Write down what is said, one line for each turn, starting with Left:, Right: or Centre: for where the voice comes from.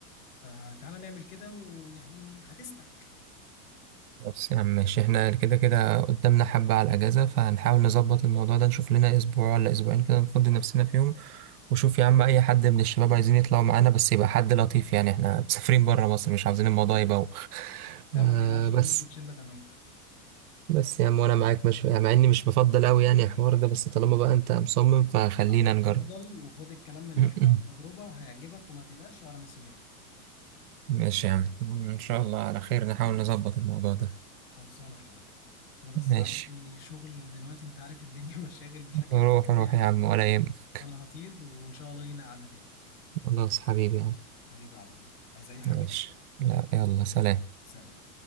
Left: فتعالى نعمل كده ويعني هتسلك
Right: بس يا عم ماشي احنا كده كده قدامنا حبة على الأجازة فهنحاول نظبط الموضوع ده نشوف لنا أسبوع ولا أسبوعين كده نفضي نفسنا فيهم وشوف يا عم أي حد من الشباب عايزين يطلعوا معانا بس يبقى حد لطيف يعني احنا مسافرين برا مصر مش عاوزين الموضوع يبوخ
Left: لا
Right: آه
Left: ما تقلقش
Right: بس
Left: هنظبط شله تمام
Right: بس يا عم وأنا معاك مش يعني مع إني مش بفضل أوي يعني الحوار ده بس طالما بقى أنت مصمم فخلينا
Left: لا اتفضل
Right: نجرب
Left: وخد الكلام من
Right: <laughs>
Left: واحد عن تجربه وهيعجبك وما تقلقش وعلى مسؤوليتي
Right: ماشي يا عم إن شاء الله على خير نحاول نظبط الموضوع ده
Left: خلصانه يا حبيبي انا بس
Right: ماشي
Left: عندي شغل دلوقتي انت عارف الدنيا <laughs> مشاغل بشكل
Right: روح
Left: مش
Right: روح
Left: طبيعي
Right: يا عم ولا يهمك
Left: فانا هطير وان شاء الله لينا قعدة تاني
Right: خلاص حبيبي يا عم
Left: حبيبي عبدول عايز اي حاجة
Right: ماشي لا يلا سلام
Left: سلام